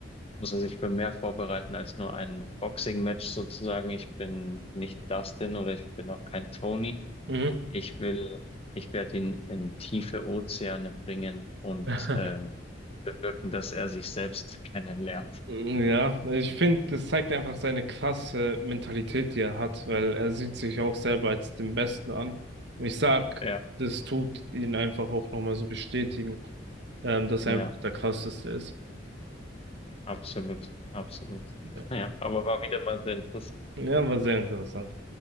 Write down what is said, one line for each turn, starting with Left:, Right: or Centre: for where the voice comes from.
Left: muss er sich für mehr vorbereiten als nur ein Boxing-Match sozusagen. Ich bin nicht Dustin oder ich bin auch kein Tony.
Right: Mhm.
Left: Ich will, ich werde ihn in tiefe Ozeane bringen und
Right: <laughs>
Left: ähm, bewirken, dass er sich selbst kennenlernt.
Right: Ja, ich finde, das zeigt einfach seine krasse Mentalität, die er hat, weil er sieht sich auch selber als den Besten an. Und ich sag,
Left: Ja,
Right: das tut ihn einfach auch nochmal so bestätigen, ähm, dass
Left: ja,
Right: er einfach der Krasseste ist.
Left: absolut, absolut. <laughs>
Right: Ja,
Left: Ja, aber war wieder mal sehr interessant.
Right: ja war sehr interessant.